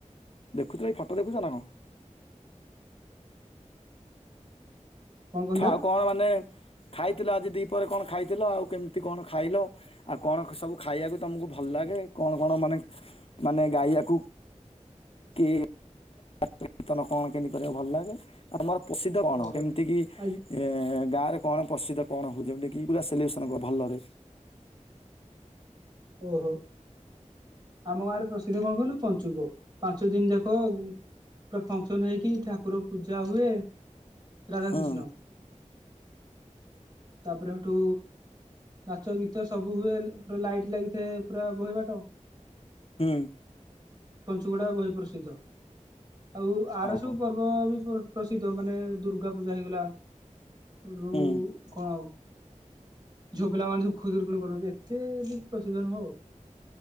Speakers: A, on the left; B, on the right.
A: ଦେଖୁଥିଲ ଏ ଫାଟ ଦେଖୁଛ ନା କଣ?
B: କଣ କହିଲ
A: ଆଉ କଣ ମାନେ ଖାଇଥିଲ? ଆଜି ଦି ପରେ କଣ ଖାଇଥିଲ ଆଉ କେମିତି କଣ ଖାଇଲ? ଆଉ କଣ ସବୁ ଖାଇବାକୁ ତମକୁ ଭଲ ଲାଗେ? କଣ କଣ ମାନେ ମାନେ ଗାଇବାକୁ କି କୀର୍ତ୍ତନ କଣ କେମତି କରିବା ଭଲ ଲାଗେ? ଆମର ପ୍ରସିଦ୍ଧ କଣ
B: ଓହୋ
A: କେମିତି କି
B: ଆଜି
A: ଏ ଗାଁରେ କଣ ପ୍ରସିଦ୍ଧ କଣ ହଉଛି? କି ପୁରା ସେଲିବ୍ରେସନ କର ଭଲରେ।
B: ଓହୋ। ଆମ ଗାଁରେ ପ୍ରସିଦ୍ଧ କଣ କହିଲ? ପଞ୍ଚୁକ ପାଞ୍ଚ ଦିନ ଯାକ ପୁରା ଫଙ୍କସନ ହେଇକି ଠାକୁର ପୂଜା ହୁଏ। ରାଧା
A: ହୁଁ
B: କୃଷ୍ଣ। ତାପରେ ସେଠୁ। ନାଚ, ଗୀତ ସବୁ ହୁଏ। ପ ପୁରା ଲାଇଟ ଲାଗି ସେ ପୁରା ବହେ ବାଟ
A: ହୁଁ।
B: ପଞ୍ଚୁକ ଟା ବହି ପ୍ରସିଦ୍ଧ। ଆଉ ଆର
A: ଓହୋ
B: ସବୁ ପର୍ବ ପର୍ବ ବି ପ୍ରସିଦ୍ଧ ମାନେ ଦୁର୍ଗା ପୂଜା ହେଇଗଲା। ସେଉଟୁ
A: ହୁଁ।
B: କଣ ଆଉ ଝୁଅ ପିଲାମାନେ ସବୁ ଖୁଦୁରୁକୁଣୀ କରନ୍ତି। ଏତେ ବି <inaudible> ହଉ।